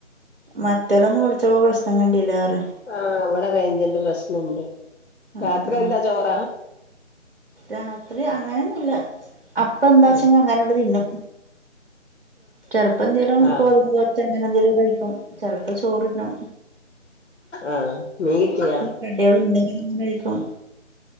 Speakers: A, on the right; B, on the left.
A: മറ്റേല്ലൊന്നും വിളിച്ചപ്പോ പ്രശ്നം കണ്ടീലാറിയ
B: ആഹ് ഇവിടെ റേഞ്ചന്റ് പ്രശ്നണ്ട്
A: ആഹ്
B: രാത്രി
A: ആഹ്
B: എന്താ ചോറാ
A: രാത്രി അങ്ങനെയൊന്നുല്ല അപ്പന്താച്ചെങ്ക
B: ആഹ്
A: അങ്ങനണ്ട് തിനും ചെലപ്പന്തേങ്കിലും
B: ആഹ്
A: ഗോതമ്പ്ദോശ അങ്ങനെ എന്തെങ്കിലും കഴിക്കും ചെലപ്പ ചോറിന്നും
B: ആഹ് നീട്ടിയ
A: കടിയൾ ഇണ്ടെങ്കിലി ഇങ്ങനെ കഴിക്കും